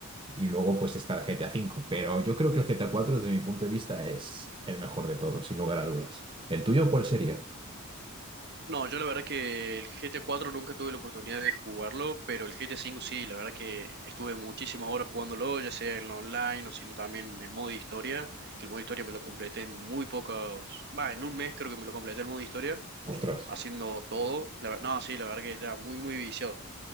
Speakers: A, on the right; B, on the right.
A: y luego pues está el GTA cinco Pero yo creo que el GTA cuatro desde mi punto de vista, es el mejor de todos, sin lugar a dudas. ¿El tuyo cuál sería?
B: No, yo la verdad que el GT 4 nunca tuve la oportunidad de jugarlo, pero el GT 5 sí, la verdad que estuve muchísimas horas jugándolo, ya sea en online o sino también en el modo de historia, que el modo de historia me lo completé en muy pocos, va, en un mes creo que me lo completé el modo de historia,
A: Ostras,
B: haciendo todo, la ver- no, sí, la verdad que estaba muy, muy viciado.